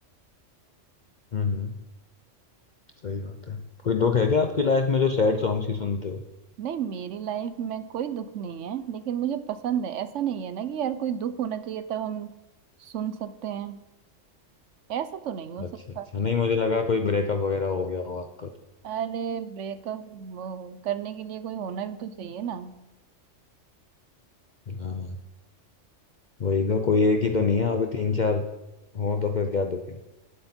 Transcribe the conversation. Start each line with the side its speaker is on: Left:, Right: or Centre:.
Left: हम्म सही बात है कोई दुख है क्या आपकी लाइफ में जो सैड सॉन्ग्स ही सुनते हो
Right: नहीं मेरी लाइफ में कोई दुख नहीं है लेकिन मुझे पसंद है ऐसा नहीं है ना कि यार कोई दुख होना चाहिए तब हम सुन सकते हैं ऐसा तो नहीं हो सकता
Left: अच्छा अच्छा नहीं मुझे लगा कोई ब्रेकअप वगैरह हो गया हो आपका
Right: अरे ब्रेकअप करने के लिए कोई होना भी तो चाहिए ना
Left: हाँ हाँ, वही तो कोई एक ही तो नहीं है आपके तीन चार हो तो फिर क्या दुख है